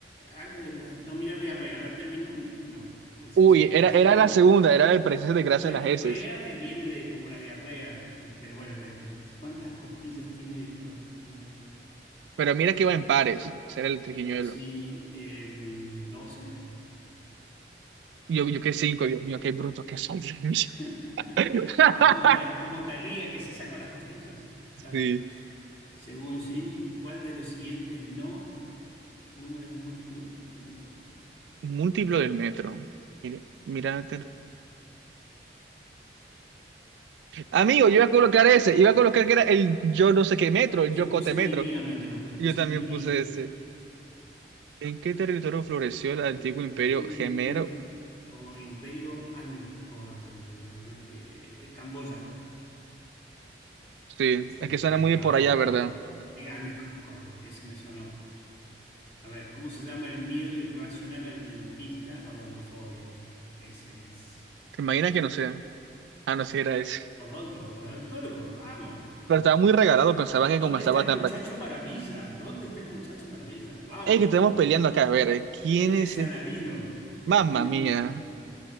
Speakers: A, on the left; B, on the right.
A: Algo de la. Dominar diarrea. A ver, término. me- no. Presencia
B: Uy,
A: de gracias.
B: era, era
A: Iba
B: la segunda,
A: por.
B: era de presencia de grasa
A: re-
B: en las heces.
A: rea eh, viene de como la diarrea. Pero bueno, le re- ¿cuántas costillas tiene el cuerpo humano?
B: Pero mira que va en pares, será el triquiñuelo.
A: Sí. em, ¿12?
B: Yo,
A: Sí.
B: yo qué cinco, Dios mío, qué bruto que soy. Dios mío.
A: <laughs>
B: <laughs>
A: Estás como, Ta- como Talía que se sacó las costillas. Dale.
B: Sí.
A: Según sí, ¿cuál de los siguientes no números es múltiplo del metro?
B: Múltiplo del metro. Mira, mira, Amigo, yo iba a colocar ese, iba a colocar que era el yo no sé qué metro, el
A: Yo
B: Yocote
A: puse
B: metro.
A: miriámetro. Yo
B: Y
A: puse
B: Yo también
A: mirie.
B: puse ese. ¿En qué territorio floreció el antiguo
A: El
B: imperio
A: antiguo
B: gemero?
A: imperio o imperio Angkor, eh, Camboya.
B: Sí,
A: Sí,
B: es que suena muy
A: vamos.
B: de por allá, ¿verdad?
A: Y Angkor, eso me sonó. A ver, ¿cómo se llama el miedo irracional al dentista? Odontofobia. Ese es.
B: ¿Te imaginas que no sea? Ah, no, sí era ese.
A: Odonto, odontólogo, vamos.
B: Pero estaba muy regalado, pensaba que
A: ¿Dónde
B: conversaba
A: está el
B: tan
A: muchacho
B: rápido.
A: maravilla? ¿Dónde está el muchacho maravilla? Vamos.
B: Es que estamos peleando acá, a ver, ¿eh? ¿quién
A: ¿Quién
B: es
A: es Saladino?
B: el... Mamma
A: Rey de
B: mía,
A: Macedonia.